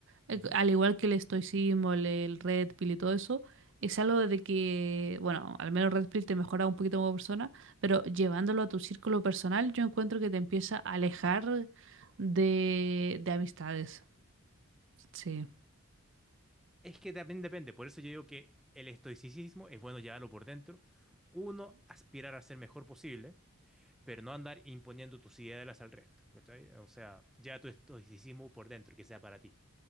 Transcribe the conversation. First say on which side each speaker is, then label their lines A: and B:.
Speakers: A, on the right; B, in the centre.
A: eh,
B: Ujú.
A: al igual que el estoicismo, el, el red pill y todo eso, es algo de que, bueno, al menos red pill te mejora un poquito como persona, pero llevándolo a tu círculo personal, yo encuentro que te empieza a alejar de, de amistades. Sí.
B: Es que también depende, por eso yo digo que el estoicismo es bueno llevarlo por dentro, uno aspirar a ser mejor posible, pero no andar imponiendo tus ideas al resto, ¿cachai? O sea, ya tu estoicismo por dentro, que sea para ti.